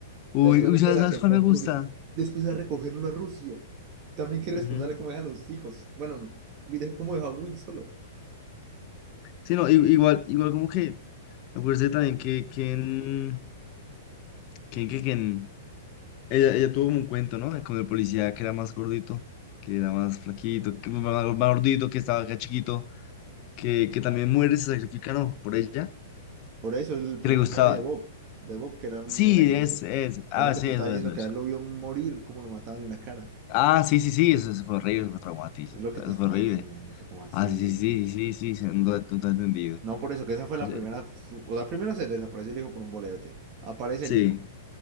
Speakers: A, on the left; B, on the right.
A: Uy,
B: Después
A: uy, ¿sabes,
B: era
A: sabes
B: que está
A: cuál me
B: en
A: gusta?
B: Rusia. Después de recogerlo a Rusia. También que responderle
A: Ujú.
B: cómo deja a los hijos. Bueno, y de- cómo deja a Will solo.
A: Sí, no, i- igual, igual como que me parece también que, que en, que, en- que, que en- ella, ella tuvo como un cuento, ¿no? Con el policía que era más gordito, que era más flaquito, que más, más gordito, que estaba acá chiquito, que, que también muere, y se sacrifica, ¿no? Por ella,
B: Por eso es el primero
A: que le gustaba.
B: que hablé de Bob, de Bob, que era un
A: Sí,
B: eléctrico.
A: es, es. Ah,
B: Es lo que
A: sí,
B: te estaba
A: eso,
B: diciendo,
A: eso,
B: que
A: eso.
B: a él lo vio morir como lo mataban en la cara.
A: Ah, sí, sí, sí, eso, eso fue horrible, eso fue traumatísimo,
B: Es lo que
A: eso
B: te estaba
A: fue horrible.
B: diciendo, fue como así.
A: Ah, sí, sí, sí, sí, sí, sí, no, te- no te he entendido.
B: No, por eso, que esa fue
A: Ese-
B: la primera. su- O sea, primero se le desapareció el hijo por un boleo de tiempo. Aparece
A: Sí,
B: el hijo,